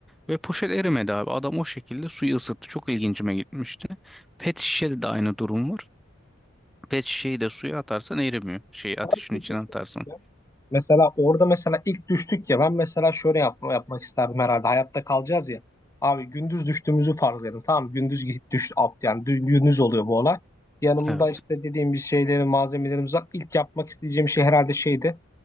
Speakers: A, in the centre; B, on the left (about 15°).
A: Ve poşet erimedi abi. Adam o şekilde suyu ısıttı. Çok ilgincime gitmişti. Pet şişede de aynı durum var. Pet şişeyi de suya atarsan erimiyor. Şeyi ateşin
B: Abi peki
A: içine atarsan.
B: şey diyeceğim. Mesela orada mesela ilk düştük ya ben mesela şöyle yap yapmak isterdim herhalde hayatta kalacağız ya. Abi gündüz düştüğümüzü farz edin tamam gündüz git düş at yani dü- gündüz oluyor bu olay. Yanımda
A: Evet.
B: işte dediğim bir şeyleri malzemelerimiz var. İlk yapmak isteyeceğim şey herhalde şeydi.